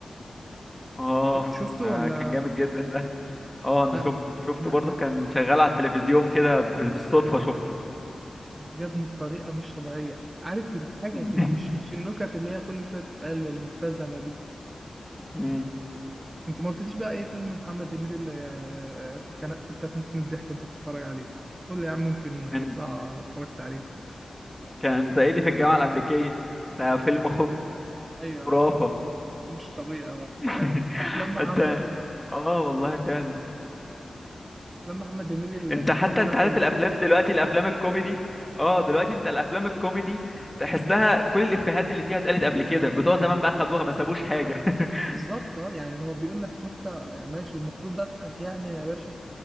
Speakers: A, in the centre; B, on the right (about 30°).
A: اه
B: شفته
A: ده
B: ولا
A: كان جامد جدا ده اه انا
B: لا
A: شفته شفته
B: انا
A: برضو
B: انا
A: كان شغال على التلفزيون كده ب- بالصدفه شفته
B: أنا عجبني بطريقه مش طبيعيه يعني عارف يضحكك
A: <laughs>
B: مش مش النكت اللي هي كل شويه تتقال المبتذله دي
A: مم.
B: انت ما قلتليش بقى ايه فيلم محمد هنيدي اللي آه، كان كنت هتموت من الضحك وانت بتتفرج عليه قول لي يا عم يمكن
A: كان
B: يطلع اتفرجت عليه
A: كان صعيدي في الجامعه الامريكيه ده فيلم
B: ايوه
A: خرافه
B: مش طبيعي برضه
A: <laughs>
B: يعني افلام محمد
A: انت اه والله فعلا
B: افلام محمد هنيدي القديمه
A: انت حتى
B: كلها
A: انت
B: حلوه
A: عارف الافلام دلوقتي الافلام الكوميدي اه دلوقتي انت الافلام الكوميدي تحسها كل الافيهات اللي فيها اتقالت قبل كده بتوع زمان بقى خدوها ما سابوش حاجه <laughs>
B: بالظبط اه يعني هو بيقول لك نكتة آه، ماشي المفروض اضحك يعني يا باشا